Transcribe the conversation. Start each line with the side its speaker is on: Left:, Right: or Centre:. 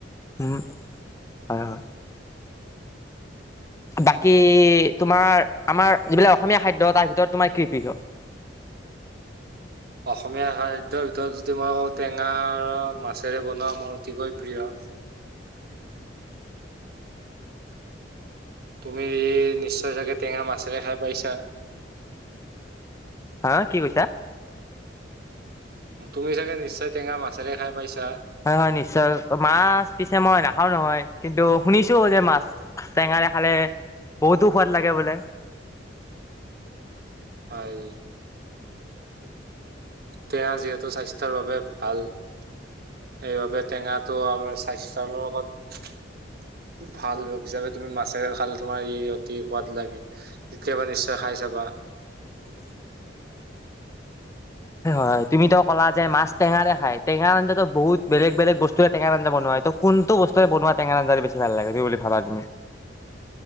Left: উম, ‌ হয় হয় বাকী তোমাৰ, আমাৰ যিবিলাক অসমীয়া খাদ্য তাৰ ভিতৰত তোমাৰ কৃপিহ <inaudible>
Right: অসমীয়া খাদ্যৰ ভিতৰত যদি মই কওঁ, টেঙা আৰু মাছেৰে বনোৱা মোৰ অতিকৈ প্ৰিয় তুমি নিশ্চয় চাগে টেঙা মাছেৰে খাই পাইছা।
Left: হা কি কৈছা?
Right: তুমি চাগে নিশ্চয় টেঙা মাছেৰে খাই পাইছা?
Left: হয় হয় নিশ্চয়, মাছ পিছে মই নাখাও নহয় কিন্তু শুনিছো যে মাছ টেঙা খালে বহুতো সোৱাদ লাগে বোলে।
Right: হয়। টেঙা যিহেতু স্বাস্থ্যৰ বাবে ভাল। সেইবাবে টেঙাটো আমাৰ স্বাস্থ্যৰ লগত ভাল হিচাপে তুমি মাছেৰে খালে তোমাৰ ই অতি সোৱাদ লাগে কেতিয়াবা নিশ্চয় খাই চাবা।
Left: <inaudible> হয় তুমিতো ক'লা যে মাছ টেঙাৰে খাই টেঙা আ বহুত বেলেগ - বেলেগ বস্তুেটেঙা বনাই তটো কোনটো বস্তুৰে বনোৱা টেঙা আঞ্জ বেছি ভাল লাগে ত বুলি ভাবা তুমি <inaudible>